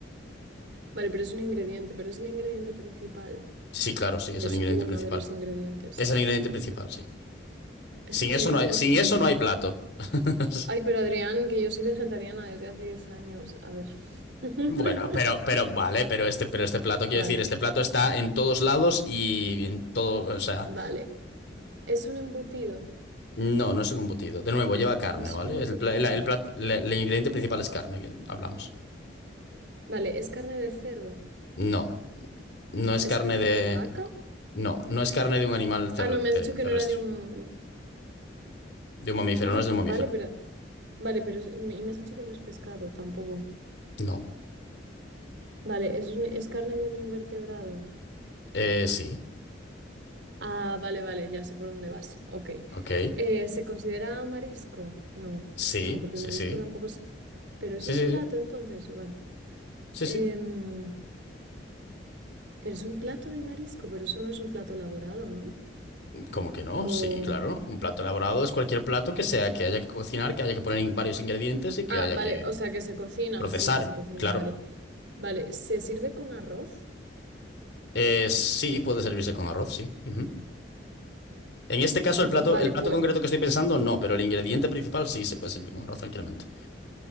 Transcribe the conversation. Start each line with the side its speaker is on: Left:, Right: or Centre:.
Right: Vale, pero es un ingrediente, pero es el ingrediente principal.
Left: Sí, claro, sí,
Right: O
Left: es
Right: es
Left: el ingrediente
Right: uno
Left: principal.
Right: de los ingredientes.
Left: Es el ingrediente principal, sí.
Right: Es
Left: Sin
Right: el ingrediente
Left: eso no hay,
Right: principal,
Left: sin eso
Right: uff.
Left: no hay plato. <laughs>
Right: Ay, pero Adrián, que yo soy vegetariana desde hace 10 años. A ver. <laughs>
Left: Bueno, pero, pero vale, pero este, pero este plato, quiero
Right: Vale,
Left: decir, este plato está en todos lados y en todo, o sea,
Right: vale. Es un embutido.
Left: no, no es un embutido. De nuevo, lleva carne,
Right: No es
Left: ¿vale?
Right: un embutido.
Left: El, pla- la- el plat- la- el ingrediente principal es carne, que hablamos.
Right: Vale, es carne de cerdo.
Left: No, no es
Right: ¿Es
Left: carne
Right: carne
Left: de,
Right: de vaca?
Left: no, no es carne de un animal ter-
Right: Ah, no, me
Left: te-
Right: has dicho que
Left: terrestre,
Right: no era de un...
Left: de un mamífero,
Right: Ah,
Left: no es de un
Right: vale,
Left: mamífero.
Right: pero... Vale, pero... es- Y me has dicho que no es pescado tampoco.
Left: No.
Right: Vale, ¿es, un- es carne de un invertebrado?
Left: Eh, sí.
Right: Ah, vale, vale, ya sé por dónde vas. Ok.
Left: Ok.
Right: Eh, ¿se considera marisco? No,
Left: Sí,
Right: no, porque
Left: sí,
Right: el marisco
Left: sí.
Right: tampoco es... Pero es
Left: Sí,
Right: un
Left: sí,
Right: plato,
Left: sí.
Right: entonces, vale.
Left: Sí,
Right: Em,
Left: sí.
Right: pero es un plato de marisco, pero eso no es un plato elaborado, ¿no?
Left: ¿Cómo que no?
Right: O...
Left: Sí, claro. Un plato elaborado es cualquier plato que sea que haya que cocinar, que haya que poner in- varios ingredientes y que
Right: Ah,
Left: haya
Right: vale,
Left: que
Right: o sea, que se cocina,
Left: procesar.
Right: sí, que se cocina,
Left: Claro.
Right: vale. Vale, ¿se sirve con arroz?
Left: Eh, sí, puede servirse con arroz, sí. Ujú. En este caso,
Right: V-
Left: el plato,
Right: vale,
Left: el plato
Right: pues...
Left: concreto que estoy pensando, no, pero el ingrediente principal sí se puede servir con arroz tranquilamente.